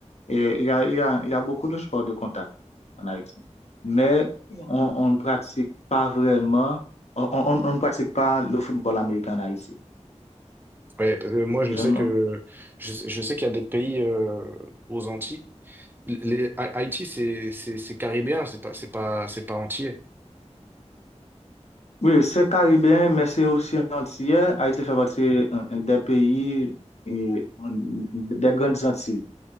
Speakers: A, on the left; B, on the right.
A: Et il y a, il y a, il y a beaucoup de sports de contact en Haïti. Mais on, on ne pratique pas vraiment, on, on, on ne pratique pas le football américain en Haïti.
B: Ouais, parce que moi je
A: Je
B: sais
A: ne-
B: que je, sais je sais qu'il y a des pays euh, aux Antilles. Les, Ha- Haïti c'est c'est c'est caribéen, c'est pas c'est pas c'est pas entier.
A: oui, c'est caribéen, mais c'est aussi antillais. Haïti fait partie euh, des pays, et, euh, des grandes Antilles.